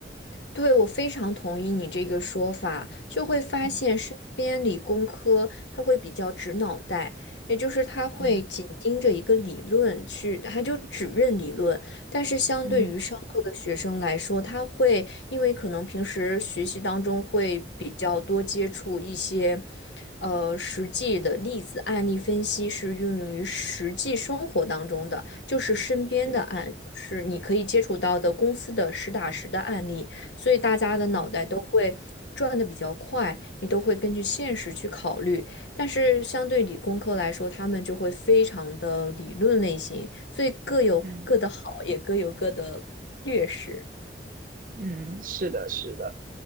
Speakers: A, on the left; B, on the right.
A: 对，我非常同意你这个说法，就会发现身边理工科他会比较直脑袋，
B: 嗯
A: 也就是他会紧盯着一个理论去，
B: 嗯
A: 他就只认理论。但是相对于上课的学生来说，
B: 嗯，
A: 他会因为可能平时学习当中会比较多接触一些，呃，实际的例子案例分析是运用于实际生活当中的，就是身边的案，
B: 是。
A: 就是你可以接触到的公司的实打实的案例。所以大家的脑袋都会转的比较快，
B: 嗯。
A: 你都会根据现实去考虑。但是相对理工科来说，他们就会非常的理论类型，所以各有各的好，
B: 嗯
A: 也各有各的劣势。
B: 嗯，是的，是的，